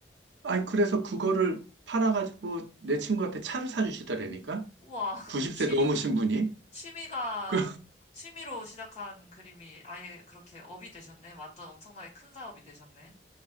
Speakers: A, on the right; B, on the left.
A: 아니, 그래서 그거를 팔아가지고 내 친구한테 차를 사주시더라니까?
B: 우와, <laughs>
A: 90세
B: 취미,
A: 넘으신 분이?
B: 취미가,
A: 그,
B: 취미로 시작한 그림이 아예 그렇게 업이 되셨네. 완전 엄청나게 큰 사업이 되셨네.